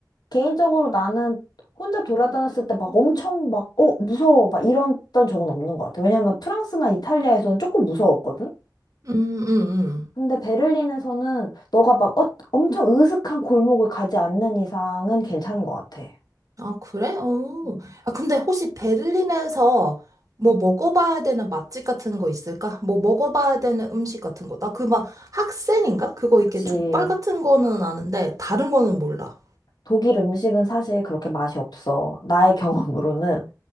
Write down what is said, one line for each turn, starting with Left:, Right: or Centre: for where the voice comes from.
Left: 개인적으로 나는 혼자 돌아다녔을 때 막 엄청 막, 어, 무서워. 막 이랬던 적은 없는 것 같아. 왜냐면 프랑스나 이탈리아에서는 조금 무서웠거든?
Right: 음, 음, 음.
Left: 근데 베를린에서는 너가 막 어, 엄청 으슥한 골목을 가지 않는 이상은 괜찮은 것 같아.
Right: 아, 그래? 오.
Left: 음.
Right: 아, 근데 혹시 베를린에서 뭐 먹어봐야 되는 맛집 같은 거 있을까? 뭐 먹어봐야 되는 음식 같은 거. 나 그 막 학생인가? 그거
Left: 그치.
Right: 이렇게 족발 같은 거는 아는데, 다른 거는 몰라.
Left: 독일 음식은 사실 그렇게 맛이 없어. 나의 <laughs> 경험으로는